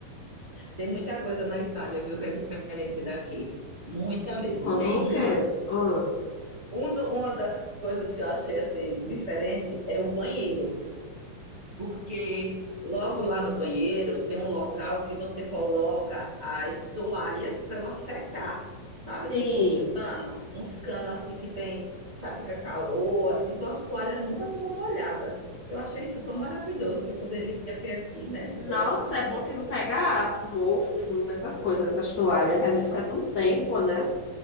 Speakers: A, on the right (about 65°); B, on the left (about 45°).
A: Tem muita coisa na Itália, viu, que é diferente daqui. Muita mesmo.
B: Como
A: Tem uma,
B: o quê? Ah,
A: um do- uma das coisas que eu achei assim diferente é o banheiro, porque logo lá no banheiro tem um local que você coloca as toalhas para ela secar, sabe?
B: sim.
A: Tipo uns cano, uns cano assim que tem, sabe, fica calor, assim, então as toalhas nunca ficam molhadas. Eu achei isso tão maravilhoso que poderia ter aqui, né, no
B: Nossa,
A: Brasil.
B: é bom que não pega mofo, fundo, essas coisas, essas toalhas, que às vezes fica um tempo, né?